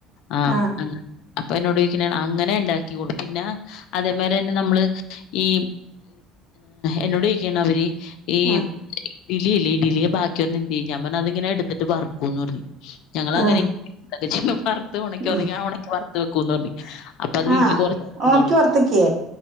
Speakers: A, on the left; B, on the right.
A: ആ
B: ആഹ്
A: അ അപ്പൊ എന്നോടോയിക്കണെണ് അങ്ങനെ ഇണ്ടാക്കികൊടു പിന്നെ അതേമേലന്നെ നമ്മള് ഈ എന്നോടൊയിക്കെണ് അവര് ഈ
B: ആഹ്
A: ഇഡിലില്ലേ ഈഡിലിയെ ബാക്കിയന്ന എന്തെയ്യും ഞാപറഞ് അതിങ്ങനെ എടുത്തിട്ട് വർക്കൂന്ന് പറഞ്. ഞങ്ങളങ്ങനെ
B: ആഹ്
A: <unintelligible> വർത്ത് ഒണക്കി ഒന്നുങ്കി
B: ഉം
A: ആ ഒണക്കി വർ ത് വെക്കുംന്ന്റിഞ്. അപ്പ അത് വീട്ടില്
B: ആഹ്
A: കൊറച്ചുന്നോളു
B: ഒണക്കി വറുത്തക്കേ